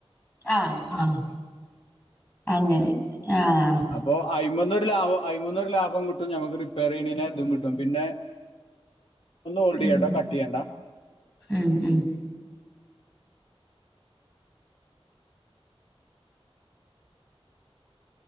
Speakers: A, on the left; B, on the left.
A: ആഹ് ആഹ് അങ്ങെനെ ആഹ്
B: അപ്പൊ അയ്മെന്നൊരു ലാഭം അയ്മെന്നൊരു ലാഭം കിട്ടും ഞമ്മക്ക് റിപ്പെയെറെയ്യ്ണേയ്നേ തും കിട്ടും പിന്നെ ഒന്ന് ഹോൾഡെയ്യാട്ടോ
A: ഉം
B: കട്ട്യ്യണ്ടാ
A: ഉം ഉം